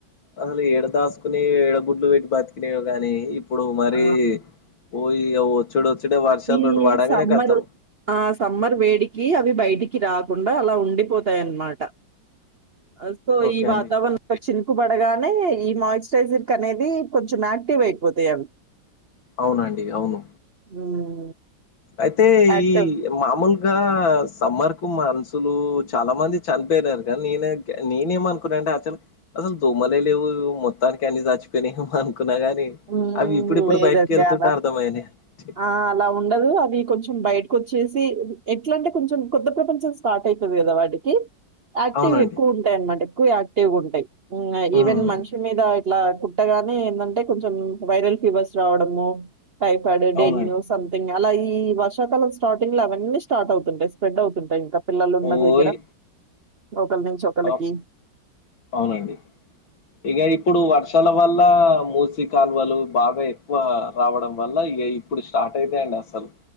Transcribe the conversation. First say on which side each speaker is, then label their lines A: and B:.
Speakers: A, on the left; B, on the right.
A: అసలు ఎడ దాసుకుని ఎడగుడ్లు పెట్టి బతికినయో గాని ఇప్పుడు మరి
B: ఆ!
A: ఓ ఇ వచ్చుడు వచ్చుడే వర్షాలు
B: ఈ
A: రెండు పడంగానే
B: సమ్మరు
A: కతం
B: ఆ సమ్మర్ వేడికి అవి బయటికి రాకుండా అలా ఉండిపోతాయన్నమాట <unintelligible>
A: ఓకే
B: ఈ వాతావరణం
A: అండి
B: ఒక చినుకు పడగానే ఈ మాయిశ్చరైజర్ కి అనేది కొంచెం యాక్టివ్ అయిపోతాయి అవి
A: అవునండి అవును
B: హ్మ్
A: అయితే
B: యాక్టివ్
A: ఈ మామూలుగా సమ్మర్ కు మనుషులు చాలా మంది చనిపోయినారు కానీ నేనే నేనే మనుకున్నా అంటే అచలు అసలు దోమలే లేవు మొత్తానికి అన్నీ చచ్చిపోయినయి అనుకున్నా గాని
B: హ్మ్.
A: అవి ఇప్పుడుప్పుడు
B: లేదండి
A: బయటికి వెళ్తుంటే
B: అలా.
A: అర్థమైనయి ఛీ
B: ఆ! అలా ఉండవు అవి కొంచెం బయటకు వచ్చేసి ఎట్లా అంటే కొంచెం కొత్త ప్రపంచం స్టార్ట్ అవుతుంది కదా వాటికి కి యాక్టివ్
A: అవునండి.
B: ఎక్కువ ఉంటాయి అనమాట ఎక్కువ యాక్టివ్గా ఉంటాయి
A: హ్మ్.
B: ఈవెన్ మనుషు కి మీద ఇట్లా కుట్టగానే ఏంటంటే కొంచెం వైరల్ ఫీవర్స్ రావడము టైఫాయిడు
A: అవునండి.
B: డెంగ్యూస్ సంథింగ్ అలా ఈ వర్షాకాలం స్టార్టింగ్ లో అవన్నీ స్టార్ట్ అవుతుంటాయి స్ప్రెడ్ అవుతుంటాయి ఇంకా పిల్లలు ఉన్న
A: ఓయ్!
B: దగ్గర ఒకరి నుంచి ఒకరికి
A: అవ్ అవునండి ఇక ఇప్పుడు వర్షాల వల్ల మూసి కాలువలు బాగా ఎక్కువ రావడం వల్ల ఇక ఇప్పుడు స్టార్ట్ అయితయండి అసలు